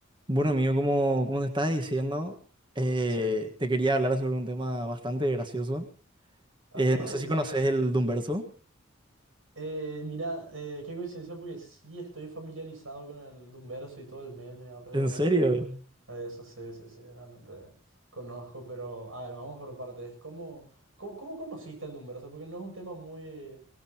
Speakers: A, on the right; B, on the right.
A: Bueno, amigo, como, como te estaba diciendo, eh,
B: Sí,
A: te quería hablar sobre un tema bastante gracioso.
B: ok,
A: Eh, no sé si
B: ok.
A: conoces el Doomverso.
B: Eh, mira, eh, qué coincidencia porque sí estoy familiarizado con el Doomverso y todo el meme alrededor
A: ¿En serio?
B: de, de eso, sí, sí, sí, realmente conozco, pero a ver, vamos por partes. ¿Cómo, cómo, cómo conociste el Doomverso? Porque no es un tema muy,